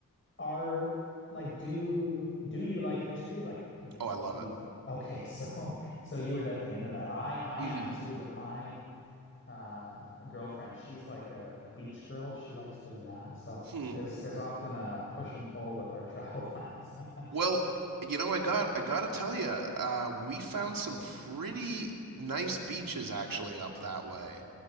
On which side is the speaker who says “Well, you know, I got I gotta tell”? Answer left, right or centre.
Right